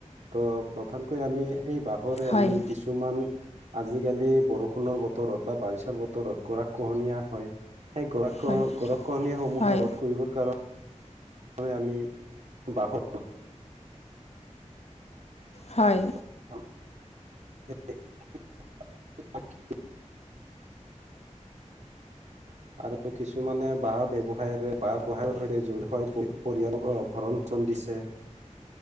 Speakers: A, on the right; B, on the left.
A: ত প্ৰধানকৈ আমি সেই বাঁহৰে
B: হয়
A: আমি কিছুমান, আজিকালি বৰষুণৰ বতৰত বা বাৰিষাৰ বতৰত গৰা খহনীয়া হয়। সেই গৰা খ
B: হয়
A: গৰ খহনীয়া সমূহৰ
B: হয়
A: ৰদ কৰিবৰ কাৰণে, মানে আমি বাহৰ,
B: হয়।
A: <unintelligible> <inaudible> আৰু কিছুমানে বাঁহ ব ব্যৱসায়ৰে বাহহ বৱসায়ৰ সৈতে জ হয় পৰিয়ালক ভৰণ পোষণ দিছে।